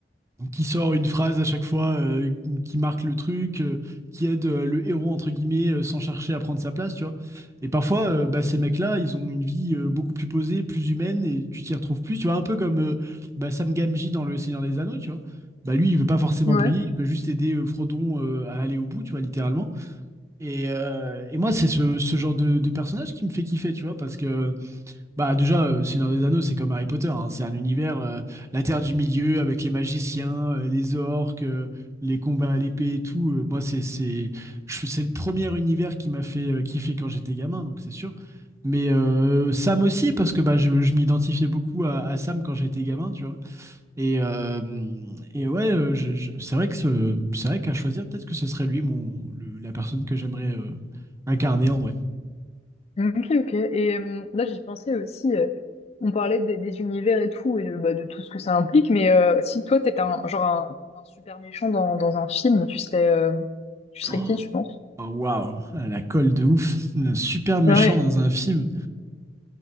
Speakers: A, on the right; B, on the left.
A: qui sort une phrase à chaque fois euh, qui marque le truc, euh, qui aide euh, le héros, entre guillemets, euh, sans chercher à prendre sa place, tu vois. Et parfois, euh, bah, ces mecs-là, ils ont une vie euh, beaucoup plus posée, plus humaine, et tu t'y retrouves plus, tu vois. Un peu comme euh, bah, Sam Gamgee dans Le Seigneur des Anneaux, tu vois. Bah, lui, il veut pas forcément
B: Ouais.
A: briller, il veut juste aider euh, Frodon euh, à aller au bout, tu vois, littéralement. Et, euh, et moi, c'est ce, ce genre de, de personnage qui me fait kiffer, tu vois, parce que bah déjà, euh, Seigneur des Anneaux, c'est comme Harry Potter, hein. C'est un univers, euh, la Terre du Milieu, avec les magiciens, euh, les orques, euh, les combats à l'épée et tout. Euh, moi, c'est c'est je- c'est le premier univers qui m'a fait euh, kiffer quand j'étais gamin, donc c'est sûr. Mais euh, Sam aussi, parce que bah, je, je m'identifiais beaucoup à, à Sam quand j'étais gamin, tu vois. Et, euh, et ouais, euh, je- je- c'est vrai que ce- c'est vrai qu'à choisir, peut-être que ce serait lui, mon, le- la personne que j'aimerais euh, incarner en vrai.
B: Ok, ok. Et euh, là, j'y pensais aussi, euh, on parlait des, des univers et tout, et de, bah, de tout ce que ça implique, mais euh, si toi, t'étais un, genre un, un super méchant dans, dans un film, tu serais, euh, tu serais
A: Oh,
B: qui, tu penses?
A: Oh, Waouh, la colle de ouf, le super méchant
B: Ouais.
A: dans un film.